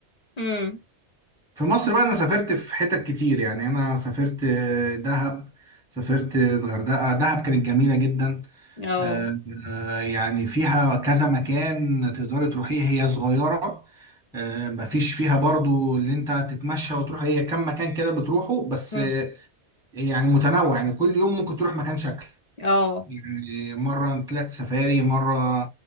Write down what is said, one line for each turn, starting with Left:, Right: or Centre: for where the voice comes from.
Left: امم
Centre: في مصر بقى أنا سافرت في حتت كتير يعني أنا سافرت آه، دهب سافرت الغردقة دهب كانت جميلة جدا
Left: اه
Centre: آه، آه، يعني فيها كذا مكان تقدري تروحيه هي صغيرة آه، مفيش فيها برضو اللي انت تتمشى وتروح هي كم مكان كده بتروحه بس
Left: مم.
Centre: آه، يعني متنوع يعني كل يوم ممكن تروح مكان شكل
Left: اه
Centre: يعني مرة طلعت سفاري مرة